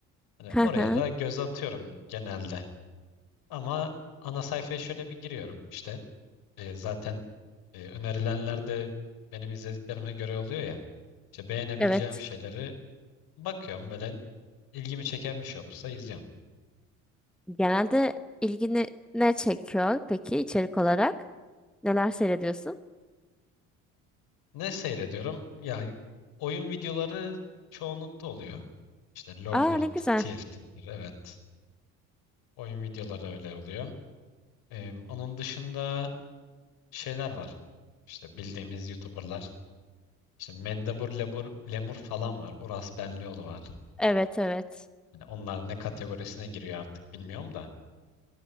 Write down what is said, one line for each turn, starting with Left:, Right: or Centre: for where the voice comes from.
Left: hani
Centre: Hı
Left: oraya
Centre: hı.
Left: da göz atıyorum genelde. Ama ana sayfaya şöyle bir giriyorum işte. E, zaten e, önerilenler de benim izlediklerime göre oluyor ya. İşte beğenebileceğim
Centre: Evet.
Left: şeyleri bakıyorum böyle ilgimi çeken bir şey olursa izliyorum.
Centre: Genelde ilgini ne çekiyor peki içerik olarak? Neler seyrediyorsun?
Left: Ne seyrediyorum? Ya oyun videoları çoğunlukta oluyor. İşte LoL'dür,
Centre: Aa ne güzel.
Left: TFT'dir. Evet. Oyun videoları öyle oluyor. Ee, onun dışında şeyler var. İşte bildiğimiz YouTuber'lar. İşte Mendebur Lemur, Lemur falan var. Uras Benlioğlu var.
Centre: Evet evet.
Left: Hani onlar ne kategorisine giriyor artık bilmiyorum da.